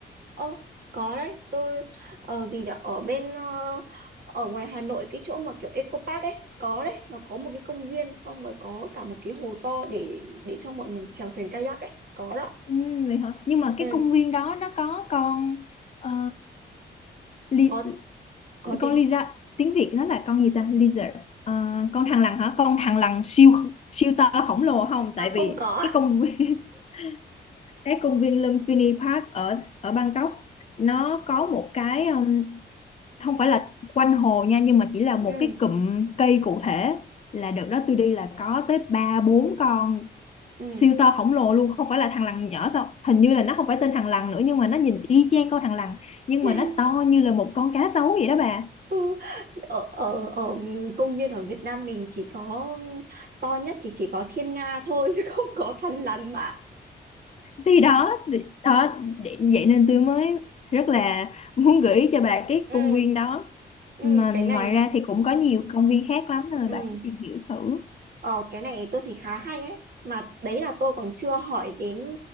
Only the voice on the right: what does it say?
Ơ, có đấy, tôi ở gì nhỉ? Ở bên ờ, ở ngoài Hà Nội cái chỗ mà kiểu Eco Park ấy, có đấy, nó có một cái công viên xong rồi có cả một cái hồ to để để cho mọi người chèo thuyền kayak ấy, có đó.
Ừ,
có có gì?
À
không
có. ạ.
Ừ,
ừ.
<laughs>
Ừ, ở ở ở công viên ở Việt Nam mình chỉ có to nhất thì chỉ có Thiên Nga thôi <laughs> chứ không có Thăn Lằn mà.
Ừ,
ừ
cái
này
ừ.
Ờ, cái này tôi thấy khá hay ấy. Mà đấy là tôi còn chưa hỏi đến